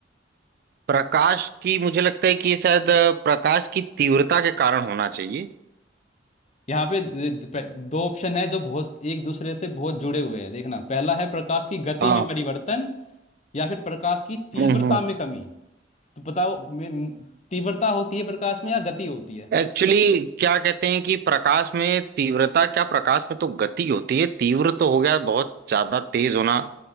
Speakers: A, on the right; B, on the left.
A: प्रकाश की मुझे लगता है कि शायद अ, प्रकाश की तीव्रता के कारण होना चाहिए
B: यहाँ पे द- द- प- दो ऑप्शन है जो बहुत एक दूसरे से बहुत जुड़े हुए हैं देखना पहला है प्रकाश की गति
A: हाँ
B: में परिवर्तन या फिर प्रकाश की तीव्रता
A: हम्म हम्म
B: में कमी तो बताओ मे- तीव्रता होती है प्रकाश में या गति होती है
A: एक्चुअली क्या कहते हैं कि प्रकाश में तीव्रता क्या प्रकाश में तो गति होती है तीव्र तो हो गया बहुत ज्यादा तेज होना